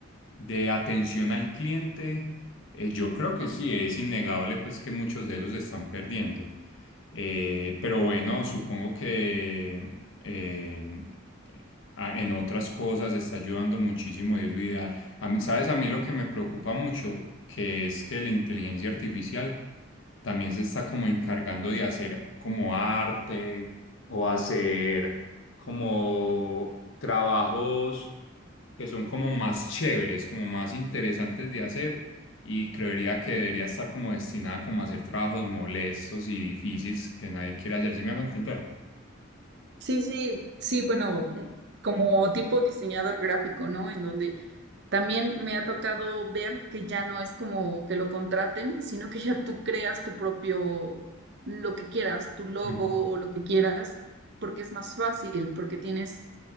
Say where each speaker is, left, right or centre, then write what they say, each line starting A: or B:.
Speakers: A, on the left; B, on the right.
A: de atención al cliente eh, yo creo que sí, es innegable pues que muchos de esos se están perdiendo. Eh, pero bueno, supongo que eh, a- en otras cosas está ayudando muchísimo irlo ideal. A mí, ¿sabes? A mí lo que me preocupa mucho, que es que la inteligencia artificial también se está como encargando de hacer como arte o hacer como trabajos que son como más chéveres, como más interesantes de hacer y creería que debería estar como destinada como a hacer trabajos molestos y difíciles que nadie quiere hacer. ¿Sí me hago entender?
B: Sí, sí, sí, bueno, mm, como tipo diseñador gráfico, ¿no? En donde También me ha tocado ver que ya no es como que lo contraten, sino que ya tú creas tu propio, lo que quieras, tu logo
A: Ujú.
B: o lo que quieras, porque es más fácil, porque tienes